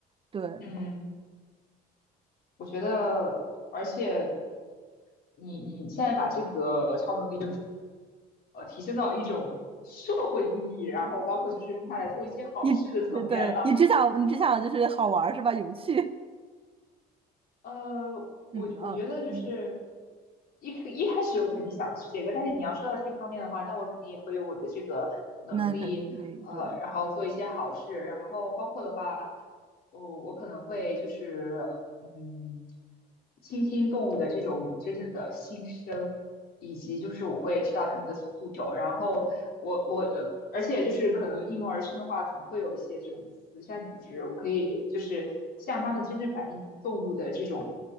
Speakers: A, on the right (about 35°); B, on the left (about 65°).
A: 对
B: 嗯，我觉得，而且。你你现在把这个超能力。呃提升到一种社会意义，然后包括就是用它来做一些好事的层面了。
A: 你，呃对你只想你只想就是好玩儿是吧？有趣，
B: 呃，
A: <laughs>
B: 我我觉得就是
A: 嗯啊嗯，
B: 一一开始我肯定想的是这个，但是你要说到这方面的话，那我肯定也会用我的这个能力，
A: 那肯定得对，
B: 呃，然后做一些好事，然后包括的话。哦，我可能会就是，嗯，倾听动物的这种真正的心声，以及就是我会知道它们的诉求，然后我我呃，而且就是可能应运而生的话，可能会有一些这种慈善组织，我可以就是向他们真正反映动物的这种